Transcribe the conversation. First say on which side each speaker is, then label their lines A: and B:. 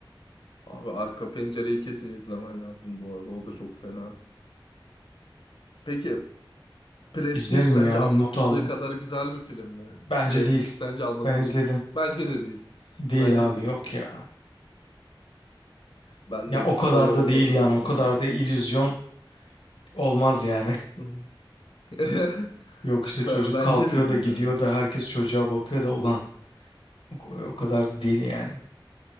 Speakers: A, on the left; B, on the left.
A: Abi Arka Pencere'yi kesin izlemen lazım bu arada. O da çok fena. Peki Prestige
B: İzlerim
A: sence
B: ya
A: anlatıldığı
B: not aldım.
A: kadar güzel bir film mi?
B: Bence
A: Prestige
B: değil.
A: sence anlatıldığı...
B: Ben izledim.
A: Bence de değil.
B: Değil
A: Bence
B: abi
A: de değil.
B: yok ya.
A: Ben
B: Ya
A: de
B: o kadar
A: öyle olmadığını
B: da değil yani
A: düşünmüyorum.
B: o kadar da illüzyon olmaz yani.
A: Hı. <laughs>
B: <laughs> Yok işte
A: Be-
B: çocuk
A: Bence
B: kalkıyor
A: de değil
B: da gidiyor
A: abi.
B: da herkes çocuğa
A: Hı,
B: bakıyor da ulan o, o kadar
A: hı.
B: da değil yani.